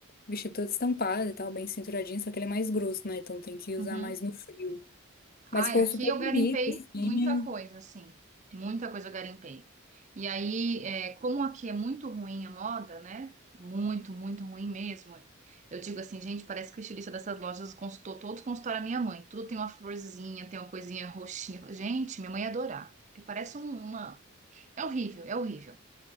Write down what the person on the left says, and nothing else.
vestido todo estampado e tal, bem cinturadinho, só que ele é mais grosso, né? Então tem que usar
mais no frio.
Mas ficou
super
bonito,
assim.